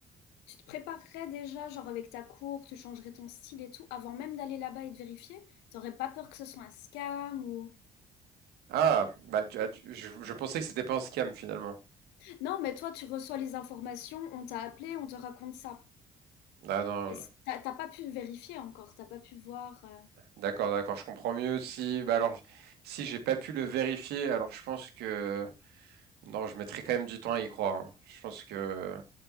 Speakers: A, on the left; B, on the right.
A: tu te préparerais déjà, genre avec ta cour, tu changerais ton style et tout, avant même d'aller là-bas et de vérifier? T'aurais pas peur que ce soit un scam ou...
B: Ah, bah tu- ah, tu- je, je pensais que c'était pas un scam finalement.
A: Non, mais toi, tu reçois les informations, on t'a appelé, on te raconte ça.
B: Ah non,
A: Est-ce- T'as t'as pas pu vérifier encore, t'as pas pu voir euh,
B: D'accord, d'accord, je comprends mieux. Si, bah alors, si j'ai pas pu le vérifier, alors je pense que non, je mettrai quand même du temps à y croire. hein. Je pense que